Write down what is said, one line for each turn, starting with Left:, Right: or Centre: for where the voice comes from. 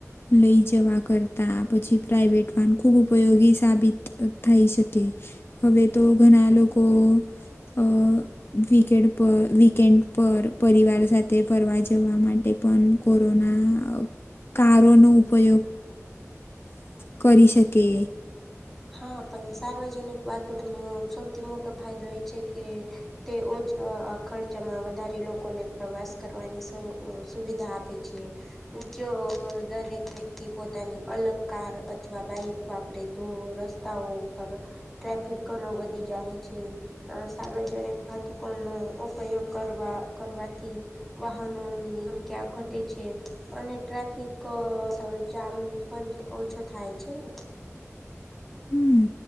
Left: લઈ જવા કરતા પછી પ્રાઇવેટ ખુબ ઉપયોગી સાબિત થઈ શકે. હવે તો ઘણા લોકો અ વિકેડ પર વિકેન્ડ પર પરિવાર સાથે ફરવા જવા માટે પણ કોરોના કારોનો ઉપયોગ કરી શકે.
Centre: હા પણ સાર્વજનિક વાતકનો સૌથી મોટો ફાયદો એ છે કે તે ઓછ ખર્ચમાં વધારે લોકોને પ્રવાસ કરવાની સ સુવિધા આપે છે. જો દરેક વ્યક્તિ પોતાની અલગ કાર અથવા બાઈક વાપરે તો રસ્તાઓ પર ટ્રાફિક ઘણો વધી જાય છે. અ સાર્વજનિક વાતુકો નો ઉપયોગ કરવા કરવાથી વાહનોની સંખ્યા ઘટે છે અને અ ટ્રાફિક જામ પણ ઓછો થાય છે ને.
Left: હમ